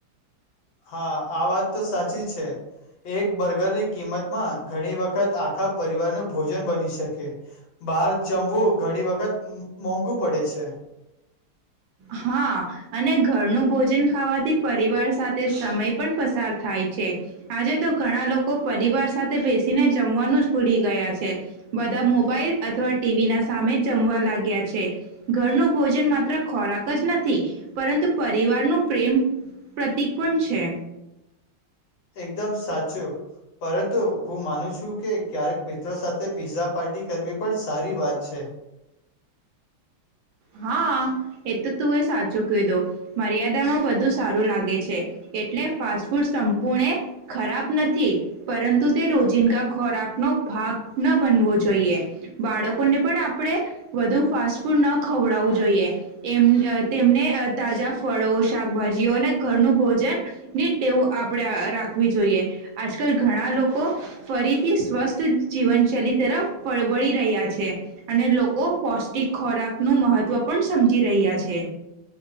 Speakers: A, on the left; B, on the right.
A: હા આ વાત તો સાચી છે, એક બર્ગરની કિંમતમાં ઘણી વખત આખા પરિવારનું ભોજન બની શકે, બહાર જમવું ઘણી વખત મોંઘું પડે છે.
B: હાં અને ઘરનું ભોજન ખાવાથી પરિવાર સાથે સમય પણ પસાર થાય છે, આજે તો ઘણા લોકો પરિવાર સાથે બેસીને જમવાનું જ ભૂલી ગયા છે, બધા મોબાઈલ અથવા ટી વી ના સામે જમવા લાગ્યા છે, ઘરનું ભોજન માત્ર ખોરાક જ નથી પરંતુ પરિવારનો પ્રેમ, પ્રતિક પણ છે.
A: એકદમ સાચું. પરંતુ હું માનું છું કે ક્યારેક મિત્રો સાથે પિઝા પાર્ટી કરવી પણ સારી વાત છે.
B: હા એ તો તું એ સાચું કીધું, મર્યાદામાં બધું સારું લાગે છે, એટલે ફાસ્ટ ફૂડ સંપૂર્ણે ખરાબ નથી પરંતુ તે રોજિંદગા ખોરાકનો ભાગ ન બનવો જોઈએ, બાળકોને પણ આપણે વધુ ફાસ્ટ ફૂડ ન ખવડાવું જોઈએ, એમ તેમને તાજા ફળો, શાકભાજીઓ અને ઘરનું ભોજન ની ટેવ આપણે રાખવી જોઈએ, આજકાલ ઘણા લોકો ફરીથી સ્વસ્થ જીવનશૈલી તરફ વળી રહ્યા છે, અને લોકો પૌષ્ટિક ખોરાક નું મહત્ત્વ પણ સમજી રહ્યા છે.